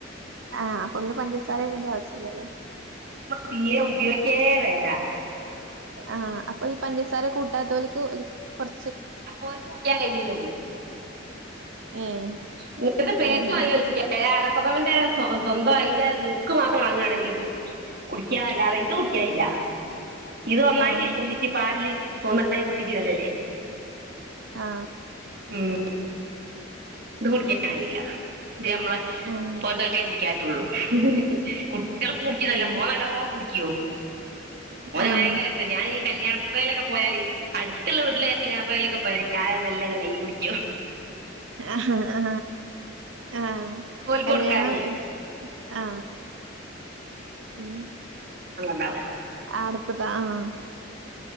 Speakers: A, on the right (about 70°); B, on the right (about 55°).
A: ആഹ് അപ്പൊ പിന്നെ പഞ്ചസാര ഇടേണ്ട ആവശ്യല്ലല്ലോ
B: തീര ഉപയോഗിക്കേ വേണ്ട
A: ആഹ് ആ അപ്പൊ ഈ പഞ്ചസാര കൂട്ടാത്ത ഓല്ക്ക് <unintelligible> കൊറ
B: അപ്പൊ ഓല്ക്ക് കുടിക്കാൻ കഴിയൂല്ലേ
A: ഏഹ്
B: <unintelligible>
A: ഏഹ്
B: പ്രഥമന്റെ സ്വ സ്വന്തം അതിന്റെ നുക്ക് മാത്രം വാങ്ങുകാണെങ്കിൽ കുടിക്ക്യ അല്ലാതെ ഇത് കുടിക്കയില്ല ഇത് ഒന്നായിട്ട്
A: ആഹ്
B: പൊട്ടിച്ചു പാലില് ഒന്നായി പൊട്ടിച്ചിതല്ലല്ലേ
A: ആ
B: ഉം ഇത് കുടിക്കാനായില്ല ഇത് നമ്മള
A: ആഹ്
B: <unintelligible> <unintelligible> കുട്ടികളോക്ക
A: ഉം
B: കുടിച്ചിതല്ല
A: പിന്നെ
B: മോൻ നല്ലോം കുടിക്കിയോ ഓന്
A: ആഹ്
B: ഭയങ്കരഷ്ട ഞാൻ ഈ കല്യാണപ്പുര യിലൊക്കെ പോയാല് അടുത്തുള്ള വീട്ടില് കല്യാണപ്പുരയിലൊക്കെ പോയാല് ഞാൻ മെല്ലെ ഇങ്ങനെ കൈ പടിക്കും
A: ആ ആ ആ
B: ഓൽക്ക്
A: കല്യാണം
B: കൊടുക്കാനേ
A: ആ ഉം
B: ണ്ടാവാ
A: അടുത്തതാ ആ <unintelligible>